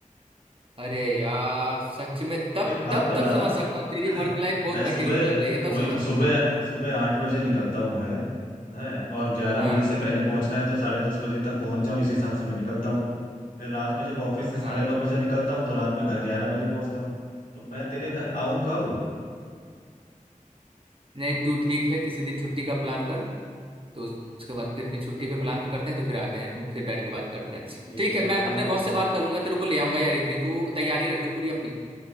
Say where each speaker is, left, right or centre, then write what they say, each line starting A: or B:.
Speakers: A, on the right (about 40°); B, on the left (about 80°).
A: अरे यार सच में तब
B: अब एक बात
A: तब
B: बता
A: तब समझ सकता हूँ तेरी
B: <clears throat>
A: वर्क लाइफ बहुत
B: मैं
A: कठिन
B: सुबह
A: गुजर रही है
B: वही
A: तब समझ
B: तो सुबह
A: सकता हूँ मैं
B: सुबह आठ बजे निकलता हूँ मैं है और ग्यारह
A: हाँ
B: बजे से पहले पहुंचना है तो साढ़े दस बजे तक पहुंच जाऊँ इस हिसाब से मैं निकलता हूँ फिर रात में जब ऑफिस से
A: हाँ
B: साढ़े नौ बजे निकलता हूँ तो रात में घर ग्यारह बजे पहुंचता हूँ तो मैं तेरे घर आऊं कब
A: नहीं तू ठीक है किसी दिन छुट्टी का प्लान कर तो उसके
B: हम्म,
A: बाद फिर छुट्टी पे प्लान करते हैं तो फिर आते हैं फिर बैठ के बात करते हैं
B: ये देखना
A: ठीक है
B: पड़ेगा
A: मैं अपने
B: यार थोड़ा
A: बॉस से बात कर लूंगा तेरे को ले आऊंगा यार इधर ही तू तैयारी रखियो पूरी अपनी